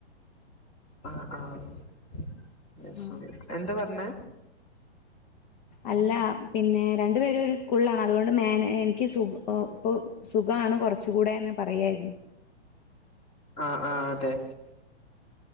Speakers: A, on the left (about 20°); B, on the left (about 45°).
A: ആഹ് ആഹ്
B: ആഹ്
A: ശരി എന്ത പർഞ്ഞെ.
B: അല്ലാ പിന്നെ രണ്ടു പേരും ഒരു സ്കൂൾലാണ് അതുകൊണ്ട് മേൻ എനിക്ക് സു പൊ പ്പൊ. സുഖാണ് കൊർച്ച് കൂടെന്ന് പറയായിരുന്നു.
A: ആഹ് ആഹ് അതെ.